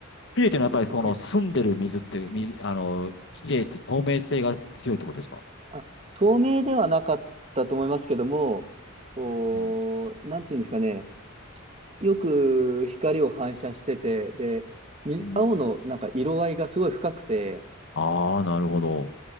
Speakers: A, on the left; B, on the right.
A: 綺麗っていうのは、やっぱりこの澄んでる水って、
B: え
A: み、あの、綺麗って透明性が強いってことですか
B: あ、透明ではなかったと思いますけども、おー、
A: うん。
B: なんていうんですかね、よく光を反射してて、で、み青のなんか色合いがすごい深くて、
A: うん。ああ、なるほど。